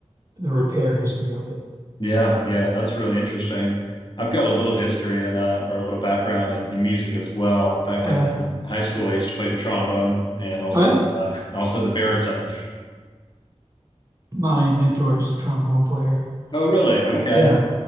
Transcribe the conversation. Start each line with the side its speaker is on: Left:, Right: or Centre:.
Right: the repair history of it.
Left: Yeah, yeah, that's really interesting. I've got a little history and uh, or a little background in, in music as well. Back
Right: Oh,
Left: in
Right: yeah.
Left: um, high school, I used to play the trombone and also
Right: Oh, yeah.
Left: uh, also the baritone.
Right: My mentor is a trombone player.
Left: Oh, really? Okay.
Right: Yeah.